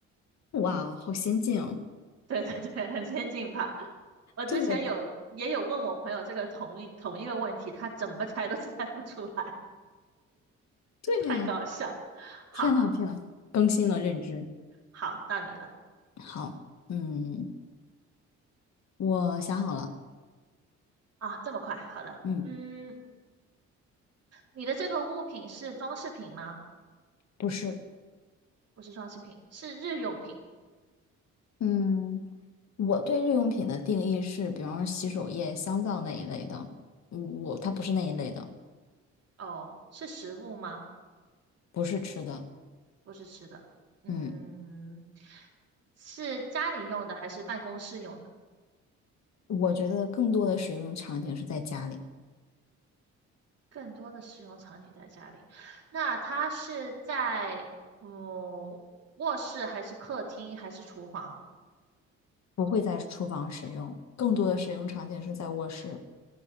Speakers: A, on the left (about 60°); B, on the right (about 55°).
A: 哇哦好先进哦！
B: 对 <laughs> 对对，很先进吧？我之前有也有问我朋友这个同一同一个问题，
A: 对
B: 他怎么猜都猜不出来，
A: 对呀，
B: <laughs> 太搞笑。好，
A: 天呐天呐，更新了认知。
B: 好，到你了
A: 好，嗯，我想好了，
B: 啊，这么快，好的，
A: 嗯，
B: 嗯，你的这个物品是装饰品吗？
A: 不是，
B: 不是装饰品，是日用品。
A: 嗯，我对日用品的定义是，比方说洗手液、香皂那一类的，我它不是那一类的，
B: 哦，是食物吗？
A: 不是吃的，
B: 不是吃的。嗯，
A: 嗯。
B: 是家里用的还是办公室用的？
A: 我觉得更多的使用场景是在家里，
B: 更多的使用场景在家里，那它是在嗯卧室还是客厅还是厨房？
A: 不会在厨房使用，更多的使用场景是在卧室，